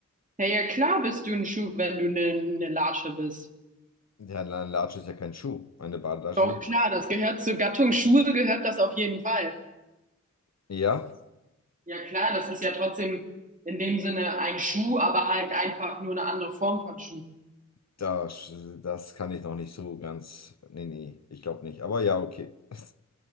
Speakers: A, on the right; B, on the left.
A: Ja, ja, klar bist du ein Schuh, wenn du eine, eine Latsche bist.
B: ja, eine Latsche ist ja kein Schuh. Eine Badelatsch
A: Doch,
B: ist eine
A: klar, das gehört zur Gattung Schuhe, gehört das auf jeden Fall.
B: Ja,
A: Ja, klar, das ist ja trotzdem in dem Sinne ein Schuh, aber halt einfach nur eine andere Form von Schuh.
B: das, das kann ich noch nicht so ganz. Nee, nee, ich glaube nicht. Aber ja, okay. <laughs>